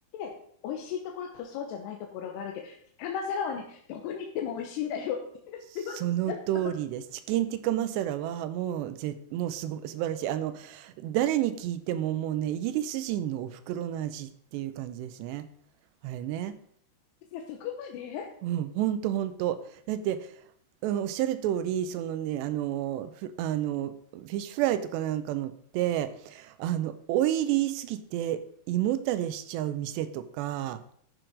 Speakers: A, on the left; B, on the right.
A: って美味しいところとそうじゃないところがあるけど、ティカマサラはね、どこに行っても美味しいんだよって言ってました。
B: その通りです。チキンティッカマサラはもうぜ、もうすご、素晴らしい。あの、誰に聞いてももうね、イギリス人のお袋の味っていう感じですね。あれね。
A: いや、そこまで <laughs> や
B: うん、ほんとほんと。だって、うん、おっしゃる通り、そのね、あの、ふあの、フィッシュフライとかなんかのって、あの、オイリーすぎて胃もたれしちゃう店とか、